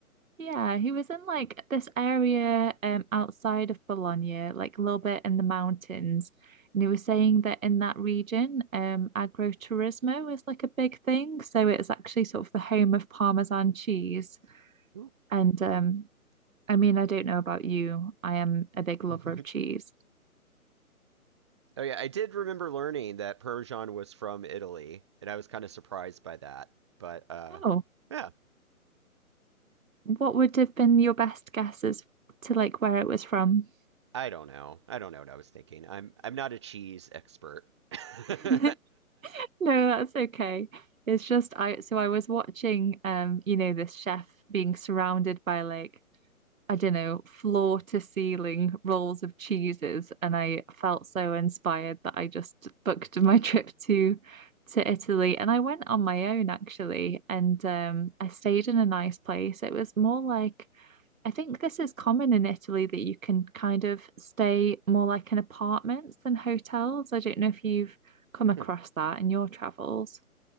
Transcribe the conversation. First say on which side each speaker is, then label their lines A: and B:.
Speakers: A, on the right; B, on the right.
A: Yeah, he was in like this area um outside of Bologna, like a little bit in the mountains. And he was saying that in that region, um, agroturismo is like a big thing. So it's actually sort of the home of Parmesan cheese.
B: Ooh.
A: And um, I mean, I don't know about you. I am a big lover
B: <laughs>
A: of cheese.
B: Oh yeah, I did remember learning that Parmesan was from Italy, and I was kind of surprised by that. But uh,
A: Oh,
B: yeah,
A: what would have been your best guesses to like where it was from?
B: I don't know. I don't know what I was thinking. I'm I'm not a cheese expert. <laughs>
A: <laughs> No, that's okay. It's just I so I was watching um, you know, this chef being surrounded by like, I don't know, floor to ceiling rolls of cheeses, and I felt so inspired that I just booked my <laughs> trip to to Italy. And I went on my own actually, and um I stayed in a nice place. It was more like I think this is common in Italy that you can kind of stay more like in apartments than hotels. I don't know if you've come across
B: <laughs>
A: that in your travels.